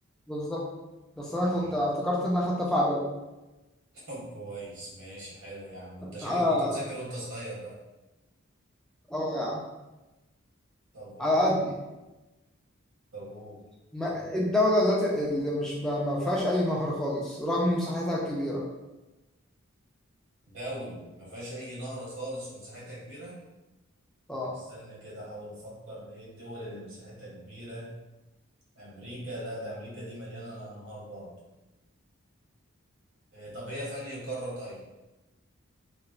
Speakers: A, in the centre; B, on the right (about 80°).
A: بالظبط بس انا
B: مم.
A: كنت افتكرت ان انا خدتها في اعدادي
B: <laughs> طب كويس ماشي حلو يا عم انت شكلك
A: اه
B: كنت بتذاكر وانت صغير بقى
A: آه، يا عم
B: طب قول
A: على قد
B: طب قول
A: ما الدولة التي اللي مش ب- ما فيهاش أي نهر خالص رغم مساحتها الكبيرة
B: دولة ما فيهاش اي نهر خالص ومساحتها كبيرة
A: اه
B: طب استنى كده احاول افكر ايه الدول اللي مساحتها كبيرة امريكا لا ده امريكا دي مليانة انهار برضه إيه طب هي في انهي قارة طيب